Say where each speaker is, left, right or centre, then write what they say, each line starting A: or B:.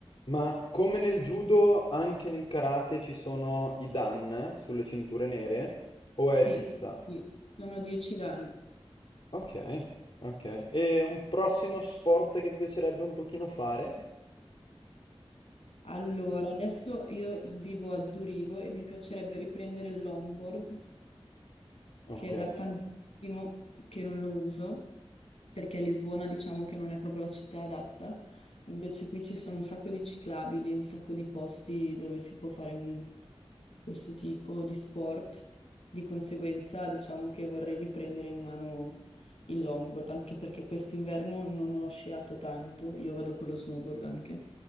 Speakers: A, on the left; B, on the left.
A: Ma come nel judo, anche nel karate ci sono i dan sulle cinture nere o
B: Sì,
A: è fissa?
B: sì, sono dieci danni.
A: Ok, ok. E un prossimo sport che ti piacerebbe un pochino fare?
B: Allora, adesso io vivo a Zurigo e mi piacerebbe riprendere il longboard.
A: Ok,
B: che è da tantissimo che non lo uso, perché a Lisbona diciamo che non è proprio la città adatta. Invece qui ci sono un sacco di ciclabili, un sacco di posti dove si può fare un- questo tipo di sport. Di conseguenza, diciamo che vorrei riprendere in mano il longboard, anche perché quest'inverno non ho sciato tanto, io vado con lo snowboard anche.